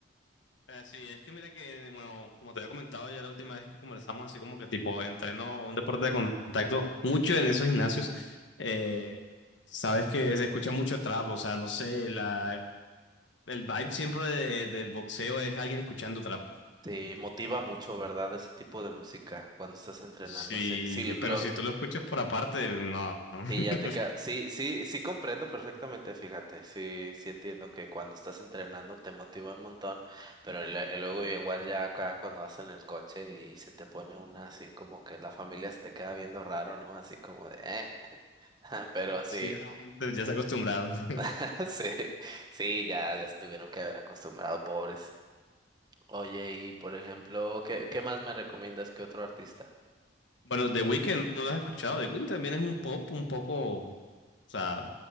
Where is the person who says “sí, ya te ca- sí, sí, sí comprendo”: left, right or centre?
Right